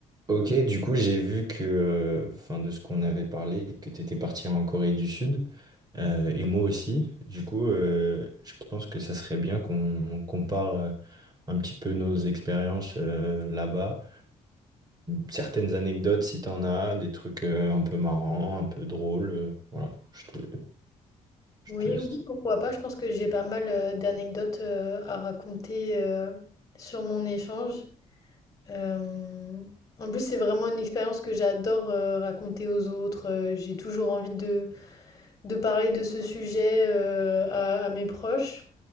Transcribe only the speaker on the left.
Oui,
oui, pourquoi pas. Je pense que j'ai pas mal euh, d'anecdotes euh, à raconter euh, sur mon échange. Euh, en plus, c'est vraiment une expérience que j'adore euh, raconter aux autres. Euh, j'ai toujours envie de, de parler de ce sujet euh, à, à mes proches.